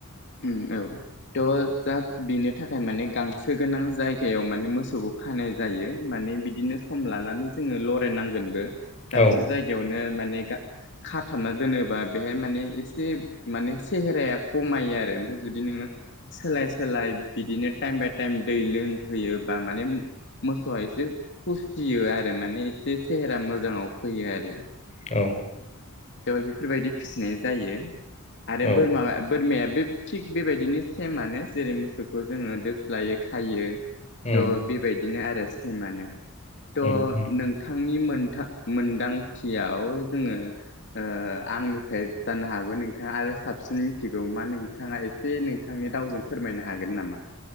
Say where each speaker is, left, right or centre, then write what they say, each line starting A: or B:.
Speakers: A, on the left (about 55°); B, on the left (about 30°).
A: उम औ थ जास्ट बेनि थाखाय माने गांसो गोनां जायगायाव माने मोसौखौ खानाय जायो माने बिदिनो सम लानानै जोङो लरायनांगोनबो। दाबसे
B: औ
A: जायगायावनो माने खाथाबना दोनोबा बेहाय माने ऐसे <unintelligible> माने सेहेराया खमायो आ <inaudible> जुदि नोङो सोलाय सोलाय बिदिनो टाइम बाय टाइम दै लोंहोयोबा माने मोसौआ एसे फुस्थियो आरो माने एसे सेहेरा मोजाङाव फैयो आरो।
B: औ।
A: बेयाव बेफोरबायदि फिसिनाय जायो। आरो
B: औ
A: बोरमा बोरमाया बे थिग बेबायदिनो सेमानो जेरै मोसौखौ जोङो दोस्लायो खायो।
B: उम
A: थ बे बाय बिदिनो आरो सेमानो। थ
B: उम उम
A: नोंथांनि मो <unintelligible> मोनदांथियाव जोङो ओ आंनिफ्राय जानो हागौ नोंथाङा आरो साबसिन मिथिगौ मा नोंथाङा एसे नोंथांनि रावजों फोरमायनो हागोन नामा?